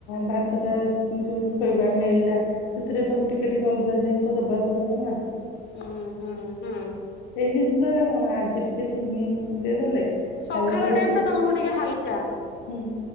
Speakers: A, on the left; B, on the left.
A: ଭାତଟା ଯୋଉ ଖୋଇବା ମିଲ୍ ଟା ସେଥିରେ ସବୁ ଟିକେ ଟିକେ ଅଲଗା ଜିନିଷ ଦବାକୁ ପଡିବ ନା।
B: ହୁଁ ହୁଁ ହୁଁ।
A: ଏଇ ଜିନିଷଟ କଣ ଆଜି ଟିକେ ସିମେଇ ଦେଇଦେଲେ?
B: ସକାଳ
A: କାଲି ଟିକେ
B: ଟାଇମ
A: ଶ
B: ଟା ତମକୁ ଟିକେ ହାଲକା
A: ହୁଁ